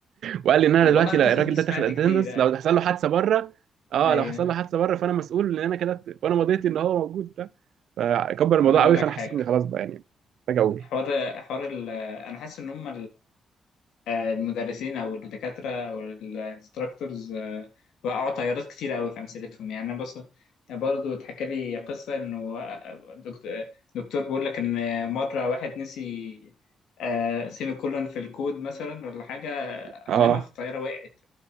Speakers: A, on the right; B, on the left.
A: وقال لي ان انا
B: والله
A: دلوقتي
B: القصص
A: لا الراجل
B: دي سمعت
A: ده تاخد اتندنس
B: كتير آه.
A: لو حصل له حادثه بره اه
B: ايوه
A: لو حصل له حادثه بره فانا مسؤول ان انا كده فانا مضيت ان هو موجود ده فكبر الموضوع
B: انا اقول
A: قوي
B: لك
A: فانا
B: حاجة
A: حسيت اني خلاص بقى يعني محتاج اقول
B: حوار حوار ال... انا حاسس ان هم آه، المدرسين او الدكاتره او الانستراكتورز وقعوا طيارات كتير قوي في امثلتهم يعني انا بص برضه اتحكى لي قصه انه آه، دكت- آه، دكتور بيقول لك ان مره واحد نسي آه، سيمي كولون في الكود مثلا ولا حاجه آه،
A: اه
B: علامه في الطياره وقعت